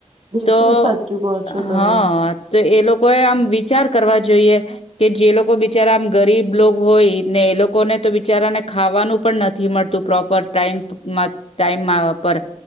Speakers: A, on the right (about 55°); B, on the left (about 55°).
A: બિલકુલ
B: તો
A: સાચું કહો
B: હઅ
A: છો તમે
B: અતો એ લોકો તોય આમ વિચાર કરવા જોઈએ કે જે લોકો બિચારા આમ ગરીબ લોક હોય ને એ લોકોને તો બિચારાને ખાવાનું પણ નથી મળતું પ્રોપર ટાઈમ માં ટાઈમમાં પર